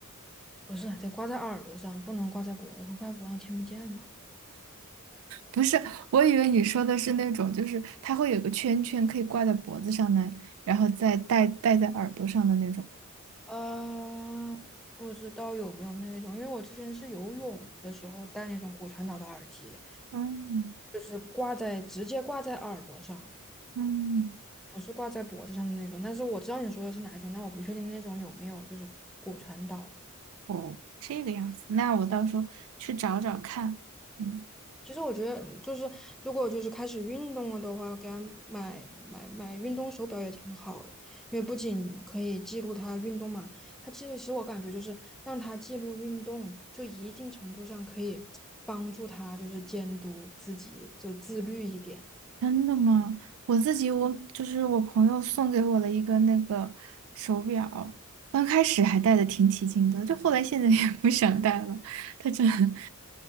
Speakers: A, in the centre; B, on the right.
A: 不是，得挂在耳朵上，不能挂在脖子上，挂在脖子上听不见了。
B: 不是，我以为你说的是那种，就是它会有个圈圈可以挂在脖子上的，然后再戴戴在耳朵上的那种。
A: 啊、不知道有没有那种，因为我之前是游泳的时候戴那种骨传导的耳机，
B: 嗯
A: 就是挂在直接挂在耳朵上。
B: 嗯，
A: 不是挂在脖子上的那种，但是我知道你说的是哪一种，但我不确定那种有没有就是骨传导。
B: 哦，这个样子，那我到时候去找找看。嗯
A: 其实我觉得就是如果就是开始运动了的话，给他买买买运动手表也挺好的，因为不仅可以记录他运动嘛，他其实其实我感觉就是让他记录运动，就一定程度上可以帮助他就是监督自己，就自律一点。
B: 真的吗？我自己我就是我朋友送给我了一个那个手表，刚开始还戴的挺起劲的，就后来现在也不想戴了。它真的，